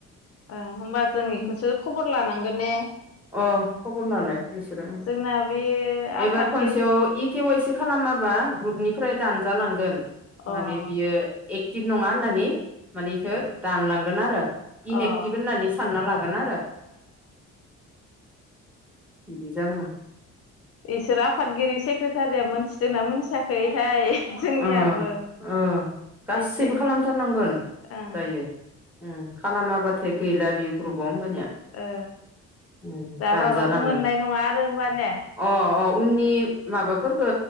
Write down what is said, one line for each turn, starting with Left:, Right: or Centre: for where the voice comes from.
Left: ओ होमबा जों इखोसो
Centre: आं
Left: खबर लानांगोन ने।
Centre: अ खबर लालाय
Left: उम
Centre: नोंसोरो ओं
Left: जोंना बे आफादगिरि
Centre: एबार खनसेयाव इकेवाइसि खालामाबा ग्रुपनिफ्राय दानजालांगोन।
Left: ओ अ ओं
Centre: माने बियो एक्टिभ नङा होननानै माने इखो दानलांगोन आरो। इन
Left: अ ओ
Centre: एक्टिभ होननानै सानना लागोन आरो। बिदि जागोन
Left: इसोर आफादगिरि सेक्रेटारिया मोनथिदोंना मोनथियाखैथाय। जोंनियाबो
Centre: ओ ओ गासैबो
Left: एसे
Centre: खालामथारनांगोन
Left: ओं
Centre: दायो। खालामाबाथाय गैला बियो ग्रुपआव होमबानिया।
Left: ओ
Centre: उम
Left: दा
Centre: दानजालांगोन
Left: माबाखौ मोननाय नङा आरो होमबा ने।
Centre: अ अ उननि माबाफोरखो